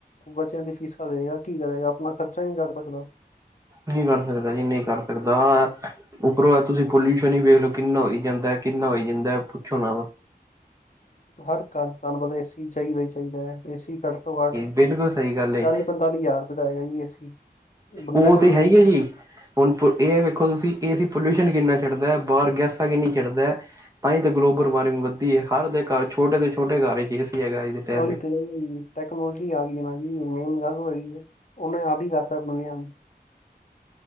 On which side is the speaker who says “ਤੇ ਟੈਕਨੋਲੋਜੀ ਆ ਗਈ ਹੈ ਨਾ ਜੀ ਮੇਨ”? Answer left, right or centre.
Left